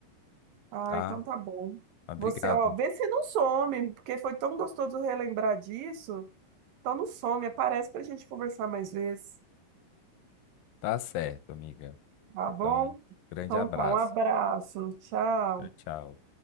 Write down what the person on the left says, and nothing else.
Tá?
Obrigado.
Tá certo, amiga.
Então,
grande
abraço.
Tchau, tchau.